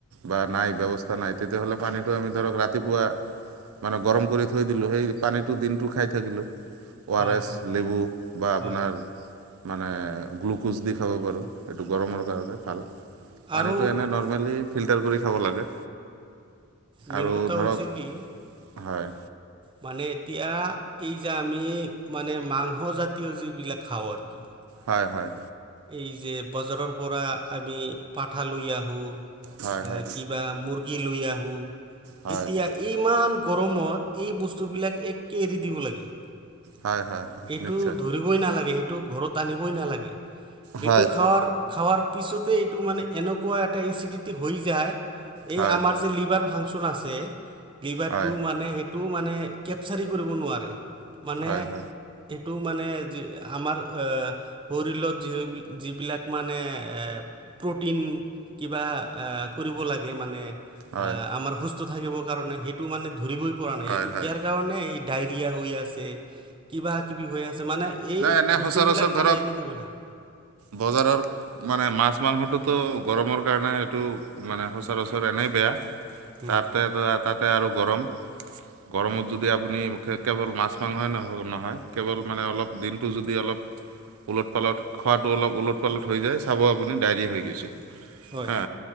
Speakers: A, on the right; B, on the right.
A: বা নাই ব্যৱস্থা নাই তেতিয়াহ'লে পানীটো আমি ধৰক ৰাতিপুৱা মানে গৰম কৰি থৈ দিলোঁ, সেই পানীটো দিনটো খাই থাকিলোঁ। অ'
B: হয়
A: আৰ এছ,
B: হয়
A: লেবু বা আপোনাৰ
B: হয়
A: মানে গ্লুক'জ দি খাব পাৰোঁ। সেইটো গৰমৰ কাৰণে ভাল। পানীটো
B: আৰু
A: এনে নৰ্মেলি ফিল্টাৰ কৰি খাব লাগে।
B: মেইন
A: আৰু
B: কথা
A: ধৰক
B: হৈছে কি
A: হয়
B: মানে এতিয়া এই যে আমি মানে মাংস জাতীয় যিবিলাক খাওঁ আৰু কি
A: হয় হয়
B: এই যে বজাৰৰ পৰা আমি পাঠা লৈ আহোঁ
A: হয় হয়
B: এ কিবা মুৰ্গী লৈ আহো
A: হয়
B: এতিয়া ইমান গৰমত এই বস্তুবিলাক একে এৰি দিব লাগে। এইটো
A: হয় হয় হয় নিশ্চয়
B: ধৰিবই নালাগে এইটো ঘৰত আনিবই নালাগে। এইটো
A: হয়
B: খাৱোৱাৰ খাৱোৱাৰ পিছতে এইটো মানে এনেকুৱা এটা এচিডিটি হৈ যায় এই
A: হয়
B: আমাৰ যে লিভাৰ ফাংচন আছে লিভাৰ
A: হয়
B: টো মানে সেই মানে কেপচাৰি কৰিব নোৱাৰে মানে
A: হয় হয়
B: টো মানে যি আমাৰ শৰীৰত যি যিবিলাক মানে প্ৰটিন কিবা কৰিব লাগে মানে
A: হয়
B: আমাৰ থাকিবৰ কাৰণে সেইটো মানে ধৰিবই পৰা নাই
A: হয়
B: এইটো
A: হয়
B: ইয়াৰ কাৰণে এই ডায়ৰিয়া হৈ আছে কিবা কিবি হৈ আছে মানে এই,
A: নাই এনে
B: বস্তু
A: সচৰাচৰ
B: বিলাক
A: ধৰক
B: মানে এৰি দিব লাগে।
A: বজাৰৰ মানে মাছ মাংসটোতো গৰমৰ কাৰণে এইটো মানে সচৰাচৰ এনেই বেয়া
B: উম,
A: তাৰতে তাতে আৰু গৰম। গৰমত যদি আপুনি কেৱল মাছ মাংসই নহয় কেৱল মানে অলপ দিনটো যদি অলপ ওলট পালত খোৱাাতটো অলপ ওলট পালত হৈ যায় চাব আপুনি ডায়েৰয়া হৈ গৈছে।
B: হয়
A: হা